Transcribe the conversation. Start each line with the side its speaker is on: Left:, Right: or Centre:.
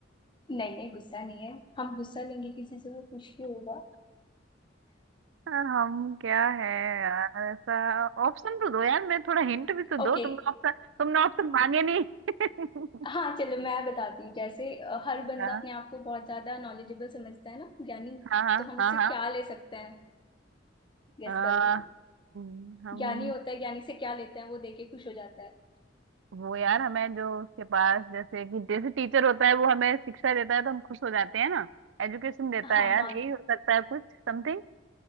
Left: नहीं गुस्सा नहीं है हम गुस्सा लेंगे किसी से वो कुछ भी होगा
Right: हम क्या है यार ऐसा ऑप्शन तो दो यार मैं थोड़ा हिंट
Left: <laughs>
Right: भी तो दो
Left: ओके
Right: तुमने ऑप्शन तुमने ऑप्शन मांगे नहीं <laughs>
Left: हाँ चलो मैं बताती हूँ जैसे अ, हर
Right: हाँ
Left: बंदा अपने आप को बहुत ज्यादा नॉलेजेबल समझता है ना ज्ञानी
Right: हाँ
Left: तो हम
Right: हाँ
Left: उससे क्या
Right: हाँ
Left: ले सकते हैं गेस
Right: हाँ
Left: करो
Right: अ, हम्म, हम
Left: ज्ञानी होता है ज्ञानी से क्या लेते हैं वो देके खुश हो जाता है
Right: वो यार हमें जो उसके पास जैसे कि जैसे टीचर होता है वो हमें शिक्षा देता है तो हम खुश हो जाते हैं ना एजुकेशन देता
Left: हाँ
Right: है यार
Left: हाँ
Right: यही हो सकता है कुछ समथिंग